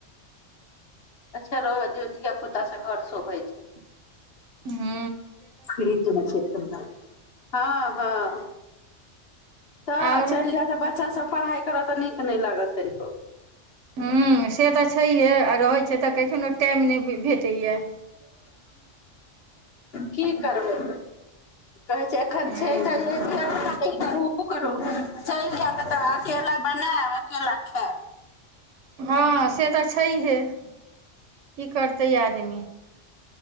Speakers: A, on the left; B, on the right.
A: अच्छा रोज धिय पुता से घर शोभै छै
B: हू
A: खरीतमे छैठन भइ हँ हँ तऽ
B: आओर
A: चलि जाता बच्चा सब पढ़ाइ करऽ तऽ नीक नहि लागत तनो
B: ह से तऽ छैहे रहै छै तऽ कखनो टाइम नहि भेटैया
A: की करबै कहै छै एखन
B: हँ
A: छै करू ओ करू चलि जाय तऽ अकेला बनाब एक लाख
B: हँ से तऽ छैहे की करतै आदमी